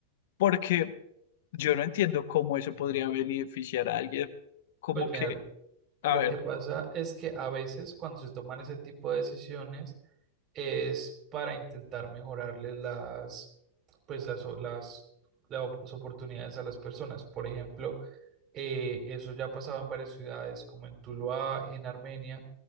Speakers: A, on the left (about 55°); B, on the right (about 35°).
A: porque yo no entiendo cómo eso podría beneficiar a alguien, como
B: pues mira,
A: que, a
B: Lo
A: ver,
B: que pasa es que a veces cuando se toman ese tipo de decisiones es para intentar mejorarles las, pues las, o- las, las op- las oportunidades a las personas. Por ejemplo, eh, eso ya ha pasado en varias ciudades, como en Tuluá, en Armenia,